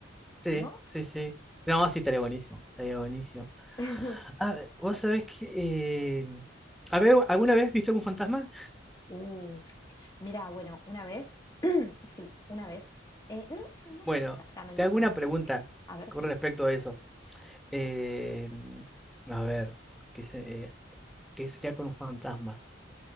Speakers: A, in the centre; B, on the left.
A: sí,
B: ¿no?
A: sí, sí. No, sí, estaría buenísimo, estaría buenísimo.
B: <laughs>
A: Ah, vos sabés que... eh, ¿habe- ¿alguna vez viste un fantasma?
B: Uh. Mira, bueno, una vez, <clears throat> sí, una vez. eh, no, no
A: Bueno,
B: sé exactamente
A: te hago
B: cómo
A: una
B: escribir.
A: pregunta
B: A ver
A: con
B: si.
A: respecto a eso. Eh, a ver, ¿qué, se- eh, qué sería con un fantasma?